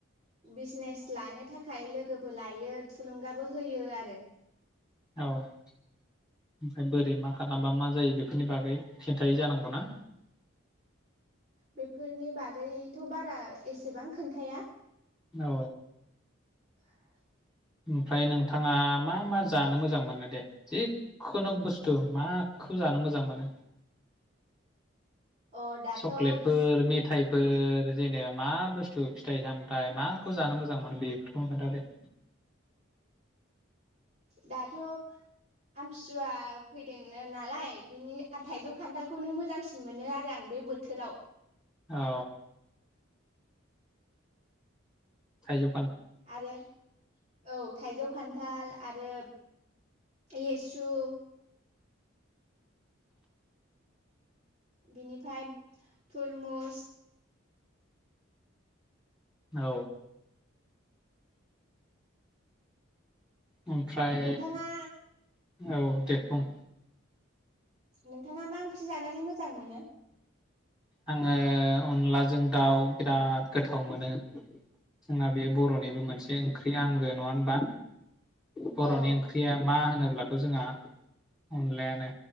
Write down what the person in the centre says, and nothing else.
औ ओमफ्राय बोरै मा खालामबा मा जायो बेफोरनि बागै खिन्थायै जानांगौ ना?
औ।
ओमफ्राय नोंथाङा मा मा? जानो मोजां मोनो दे जिखुनु बुस्थु माखौ जानो मोजां मोनो?
चक्लेटफोर
मेथाइफोर जेनेबा मा बुस्थु? बुस्थु फिथाइ सामथायाइ माखौ जानो मोजां मोनो बेफोरखौनो खोन्थादे।
औ थायजौ
औ। ओमफ्राय
औ दे बुं।
आङो अनलाजों दाउ बिराद गोथाव मोनो जोंहा बे बर'निबो मोनसे ओंख्रि आंगो नङा होनबा? बर'नि
ओंख्रिया मा होनोब्ला थ' जोंहा अनलायानो